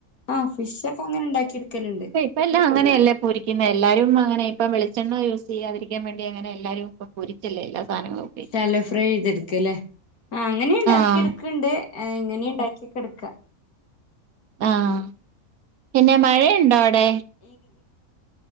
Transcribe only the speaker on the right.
പ്പയെല്ലാ അങ്ങനെയല്ലെ പൊരിക്ക്യുന്നെ എല്ലാരും അങ്ങനെ ഇപ്പം വെളെണ്ണ യൂസ് ചെയ്യാതിരിക്യാ വേണ്ടി അങ്ങനെ എല്ലാരും പ്പൊ. പൊരിച്ചല്ലേ എല്ലാ സാനങ്ങളും.
ആഹ്
ആഹ് പിന്നെ മഴയുണ്ടോ അവിടെ.